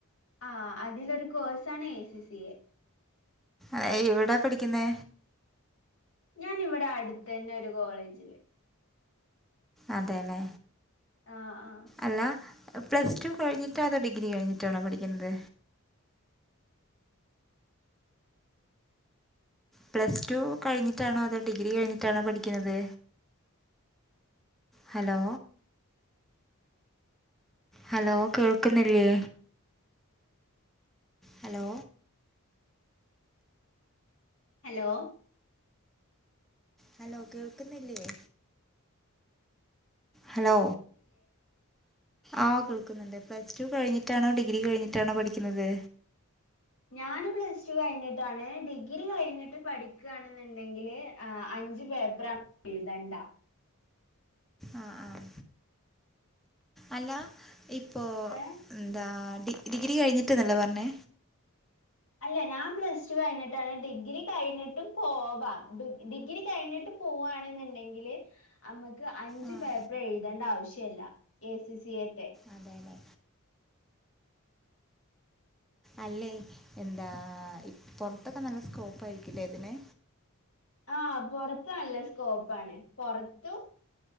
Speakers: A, on the left; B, in the centre.
A: ആഹ് അതിലൊരു കോഴ്സാണ് എ സി സി എ
B: അത് എവിടാ പഠിക്കുന്നെ
A: ഞാൻ ഇവിടെ അടുത്തന്നെ ഒരു കോളേജില്
B: അതെല്ലേ
A: ആഹ് ആഹ്
B: അല്ല പ്ലസ് ടു കഴിഞ്ഞിട്ടാ അതോ ഡിഗ്രി കഴിഞ്ഞിട്ടാണോ പഠിക്കുന്നത് പ്ലസ് ടു കഴിഞ്ഞിട്ടാണോ അതോ ഡിഗ്രി കഴിഞ്ഞിട്ടാണോ പഠിക്കുന്നത് ഹലോ ഹലോ കേൾക്കുന്നില്ലേ ഹലോ
A: ഹലോ
B: ഹലോ കേൾക്കുന്നില്ലേ ഹലോ ആഹ് കേൾക്കുന്നുണ്ട്. പ്ലസ് ടു കഴിഞ്ഞിട്ടാണോ ഡിഗ്രി കഴിഞ്ഞിട്ടാണോ പഠിക്കുന്നത്
A: ഞാന് പ്ലസ് ടു കഴിഞ്ഞിട്ടാണ്, ഡിഗ്രി കഴിഞ്ഞിട്ട് പഠിക്കുകയാണെന്നുണ്ടെങ്കില് ആ അഞ്ച് പേപ്പറ് എഴുതണ്ട
B: ആഹ് ആഹ് അല്ല ഇപ്പോൾ
A: ഏഹ്
B: എന്താ ഡി ഡിഗ്രി കഴിഞ്ഞിട്ട്ന്നല്ലേ പറഞ്ഞേ
A: അല്ല ഞാൻ പ്ലസ് ടു കഴിഞ്ഞിട്ടാണ്. ഡിഗ്രി കഴിഞ്ഞിട്ടും പോവാം. ഡി ഡിഗ്രി കഴിഞ്ഞിട്ട് പൂവാണെന്നുണ്ടെങ്കില് ക്ക് അഞ്ചു
B: ആഹ്
A: പേപ്പർ എഴുതേണ്ട ആവശ്യല്ല എ സി സി എത്തെ
B: അതേല്ലേ അല്ലേ എന്താ ഇപ് പുറത്തൊക്കെ നല്ല സ്കോപ്പായിരിക്കുല്ലേ ഇതിന്
A: ആഹ് പൊറത്ത് നല്ല സ്കോപ്പാണ്, പൊറത്തും